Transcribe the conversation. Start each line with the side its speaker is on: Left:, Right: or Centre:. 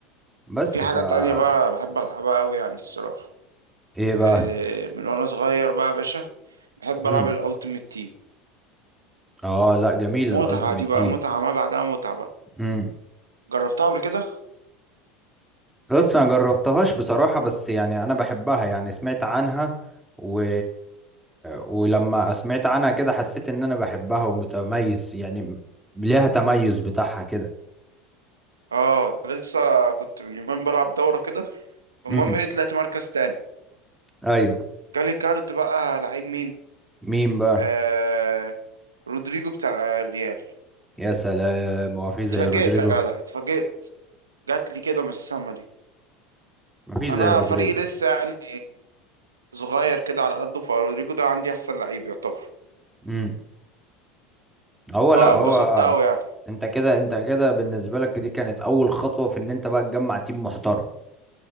Centre: بس
Right: في
Centre: فا
Right: حاجة تانية بقى بحب ألعبها أوي يعني الصراحة
Centre: ايه بقى
Right: آه من وأنا صغير بقى يا باشا بحب
Centre: امم
Right: ألعب الألتيميت تيم
Centre: اه لا جميلة
Right: متعة
Centre: الالتيميت
Right: دي بقى متعة ما بعدها متعة بقى
Centre: تيم
Right: جربتها قبل كده؟
Centre: بص انا جربتهاش بصراحة بس يعني انا بحبها يعني سمعت عنها و... ولما سمعت عنها كده حسيت ان انا بحبها ومتميز يعني ليها تميز بتاعها كده
Right: اه ده لسه كنت من يومين بلعب دورة كده المهم
Centre: امم
Right: ايه طلعت مركز تاني
Centre: ايوه
Right: جالي كارد بقى لعيب مين؟
Centre: مين بقى
Right: آه رودريجو بتاع الريال
Centre: يا سلام هو في
Right: اتفاجئت
Centre: زي رودريجو
Right: يا جدع اتفاجئت جات لي كده من السما دي
Centre: مفيش
Right: انا
Centre: زي رودريجو
Right: فريق لسه يعني صغير كده على قده فرودريجو ده عندي احسن لعيب يعتبر
Centre: امم هو
Right: فبسطت
Centre: لا هو
Right: قوي يعني
Centre: انت كده انت كده بالنسبة لك دي كانت اول خطوة في ان انت بقى تجمع تيم محترم